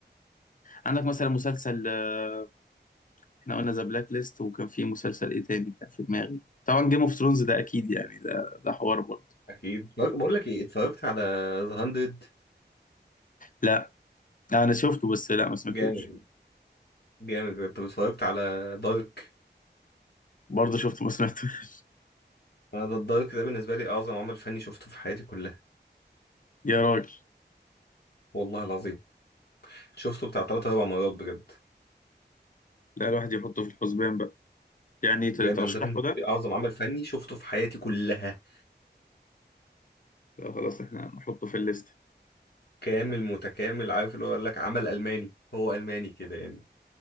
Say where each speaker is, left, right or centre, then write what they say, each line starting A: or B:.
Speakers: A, on the left (about 45°); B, on the left (about 60°).
A: عندك مثلا مسلسل آه، احنا قلنا ذا بلاك ليست وكان في مسلسل ايه تاني كان في دماغي طبعا جيم اوف ثرونز ده اكيد يعني ده ده حوار برضه
B: اكيد بق- بقول لك ايه اتفرجت على ذا 100
A: لا انا شفته بس لا ما سمعتوش
B: جامد جامد بجد طب اتفرجت على دارك
A: برضه شفته ما سمعتوش
B: انا ده الدارك ده بالنسبه لي اعظم عمل فني شفته في حياتي كلها
A: <laughs> يا راجل
B: والله العظيم شفته بتاع 3 4 مرات بجد
A: لا الواحد يحطه في الحسبان بقى يعني
B: بجد
A: ت- ترشحه
B: انا ده بالنسبه
A: ده
B: لي اعظم عمل فني شفته في حياتي كلها
A: لا خلاص احنا نحطه في الليست
B: كامل متكامل عارف اللي هو قال لك عمل ألماني هو ألماني كده يعني